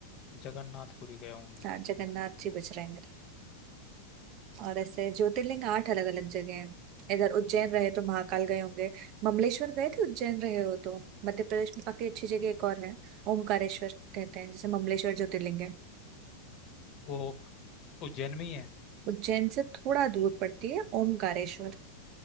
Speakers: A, on the left; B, on the right.
A: जगन्नाथपुरी गया हूँ मैं
B: हाँ जगन्नाथ जी बच रहे हैं मेरे और ऐसे ज्योतिर्लिंग आठ अलग अलग जगह हैं इधर उज्जैन रहे तो महाकाल गए होंगे ममलेश्वर गए थे उज्जैन रहे हो तो मध्य प्रदेश में काफी अच्छी जगह एक और है ओमकारेश्वर कहते हैं जिसे ममलेश्वर ज्योतिर्लिंग है
A: वो उज्जैन में ही है
B: उज्जैन से थोड़ा दूर पड़ती है ओमकारेश्वर